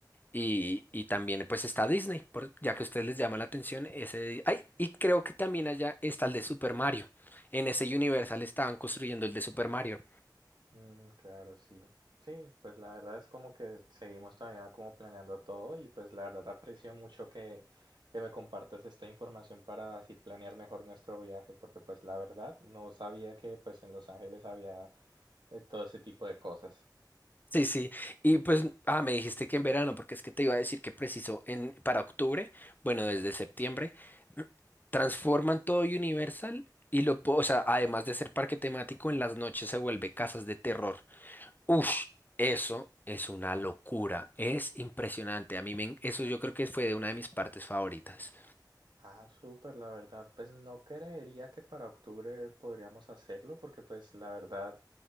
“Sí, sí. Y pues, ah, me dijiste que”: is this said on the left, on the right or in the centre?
Left